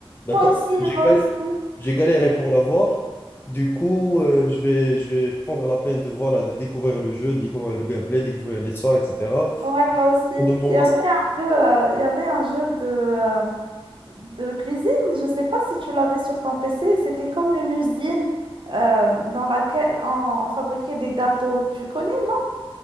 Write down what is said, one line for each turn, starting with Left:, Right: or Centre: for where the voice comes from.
Left: D'accord?
Right: Moi aussi,
Left: J'ai
Right: moi
Left: galéré
Right: aussi.
Left: j'ai galéré pour l'avoir. Du coup, euh, je vais, je vais prendre la peine de, voilà, de découvrir le jeu, de découvrir le gameplay, découvrir l'histoire, etc.
Right: Ouais, moi aussi.
Left: On demande
Right: Il y avait
Left: la-
Right: un jeu, euh, il y avait un jeu de, euh, de cuisine, je sais pas si tu l'avais sur ton PC, c'était comme une usine euh, dans laquelle on, on fabriquait des gâteaux. Tu connais, non?